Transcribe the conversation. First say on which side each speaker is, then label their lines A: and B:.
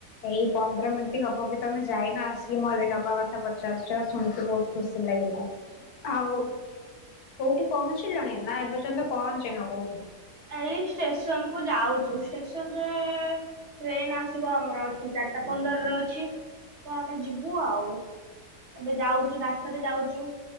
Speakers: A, on the left; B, on the right.
A: ଏଇ ପନ୍ଦର ମିନିଟ୍ ହବ ବି ତମେ ଯାଇନ ଆସିକି ମୋ ଦେହ ପା କଥା ପଚାରୁଛ ଶୁଣିକି ବହୁତ। ଖୁସି ଲାଗିଲା ଆଉ। କୋଉଠି ପହଞ୍ଚିଲଣି ନା ଏବେ ଯନ୍ତ ପହଞ୍ଚିନ କୋଉଠି।
B: ଏଇ ଷ୍ଟେସନ କୁ ଯାଉଛୁ ଷ୍ଟେସନ ରେ। ଟ୍ରେନ ଆସିବ ଆମର ଅଛି ଚାରିଟା ପନ୍ଦରରେ ଅଛି ତ ଆମେ ଯିବୁ ଆଉ। ଏବେ ଯାଉଛୁ ରାସ୍ତାରେ ଯାଉଛୁ